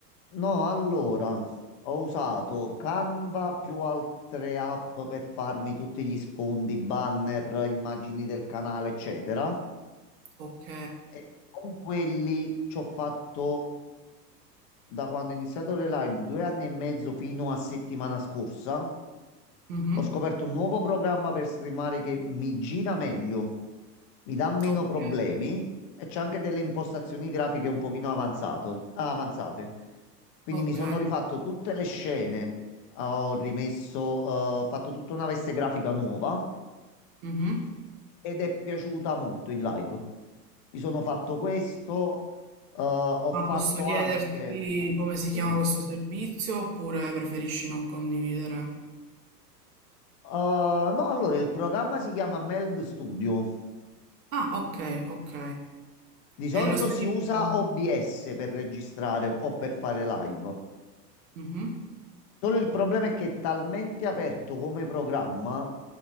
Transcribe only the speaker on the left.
No, allora, ho usato Canva più altre app per farmi tutti gli sfondi, banner, immagini del canale, eccetera.
E con quelli ci ho fatto da quando ho iniziato le live, due anni e mezzo fino a settimana scorsa,
ho scoperto un nuovo programma per streamare che mi gira meglio, mi dà meno
problemi e c'è anche delle impostazioni grafiche un pochino avanzato- avanzate. Quindi
mi sono rifatto tutte le scene, ho rimesso, eh, ho fatto tutta una veste grafica nuova
ed è piaciuta molto in live. Mi sono fatto questo, eh, ho fatto
anche...
Dimmi.
Uh, no, allora il programma si chiama Meld Studio.
Di solito
si usa OBS per registrare o per fare live.
Solo il problema è che è talmente aperto come programma